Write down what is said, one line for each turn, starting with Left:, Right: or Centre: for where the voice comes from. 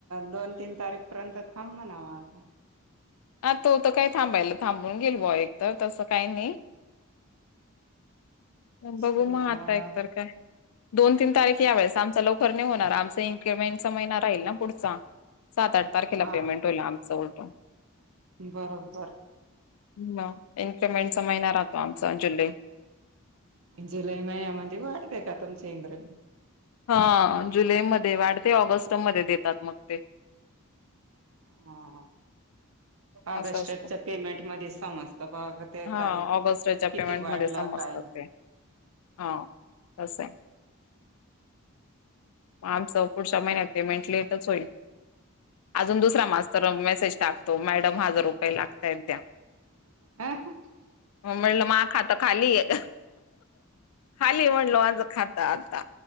Right: दोन, तीन तारीख पर्यंत थांब म्हणाव आता.
Left: हा, तो तर काय थांबायला थांबून घेईल भौ एक तर, तसं काही नाही. बघू,
Right: सर
Left: मग
Right: म्हणावा
Left: आता एकतर काय दोन, तीन तारीख यावेेळेस आमचा लवकर नाही होणार. आमचा इनक्रीमेंटचा महिना राहील ना पुढचा. सात, आठ तारखेला
Right: हा
Left: पेमेंट होईल आमचं उलटो.
Right: बरोबर.
Left: मग इन्क्रिमेंटचा महिना राहतो आमचा जुलै.
Right: जुलै महिन्यामध्ये वाढतेय का तुमच इन्क्रीमेंट?
Left: हा, जुलैमध्ये वाढते ऑगस्टमध्ये देतात मग ते.
Right: हा हा. अगस्टच्या
Left: असं असतं
Right: पेमेंटमध्ये समजत बा ते
Left: हा
Right: काय
Left: ऑगस्टच्या
Right: किती
Left: पेमेंटमध्ये
Right: वाढला?
Left: समजतात
Right: काय नाही?
Left: ते हा, तसेय. आमचं पुढच्या महिन्यात पेमेंट लेटच होईल. अजून दुसरा मास्तर <unintelligible> मेसेज टाकतो, मॅडम हजार रुपये लागताय द्या.
Right: हा
Left: मग म्हणलं माझ खातं खाली आहे, खाली म्हणलो माझं खातं आता.